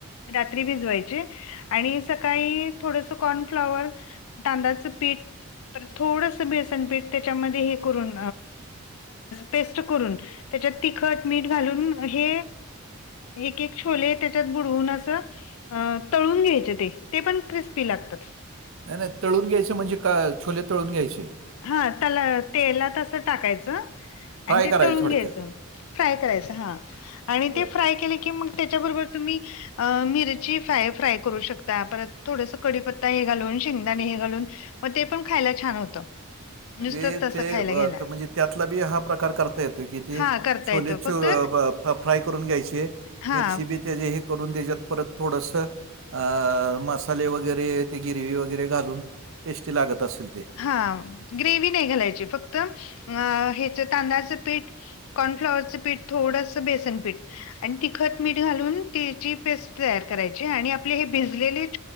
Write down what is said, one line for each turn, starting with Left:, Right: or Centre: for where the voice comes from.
Left: रात्री भिजवाचे आणि सकाळी थोडस कॉर्नफ्लवर तांदळाच पीट तर थोडस बेळसणपीठ त्याच्यामध्ये हे करून पेस्ट करून त्याच्यात तिखट मीठ घालून हे एक एक छोले त्या त्याच्यात बुडवून असं तळून घ्यच ते ते पण क्रिस्पी लातात.
Right: नाही नाही तळून घ्यायचं म्हणजे का, छोले तळून घ्यायचे.
Left: हा तला तेला तसं टाकायचं,
Right: फ्राय
Left: आणि ते
Right: करायचे
Left: तळून
Right: थोडक्यात.
Left: घ्यायचं फ्राय करायचं हा आणि
Right: बरं.
Left: ते फ्राय केले की मग त्याच्याबरोबर तुम्ही, अ मिरची फ्राय फ्राय करू शकता परत थोडस कडीपत्ता हे घालून शेंगदाणे हे घालून मग ते पण खायला छान होतं.
Right: म्हणजे
Left: नुसतंच तसं
Right: ते
Left: खायला
Right: हं
Left: घ्यायला
Right: हे म्हणजे त्यातला बी हा प्रकार करता येतो कि ते
Left: हा करता
Right: छोले
Left: येतं
Right: चो..
Left: फक्त
Right: फ्राय करून घ्यायचे
Left: हा
Right: मिरची बिर तते जे हे, करून त्याच्यात परत थोडस- अ. मसाले वगैरे ते गिरवी वगैरे, घालून टेस्टी लागत असेल ते.
Left: हा.
Right: अच्छा.
Left: ग्रेव्ही नाही घालायची फक्त, अं ह्याच तांदळाचं पीठ- कॉर्नफ्लॉवरचं पीठ थोडंसं बेसन पीठ. अन तिखट, मीठ घालून त्याची पेस्ट तयार करायची. आणि आपले हे भिजलेले -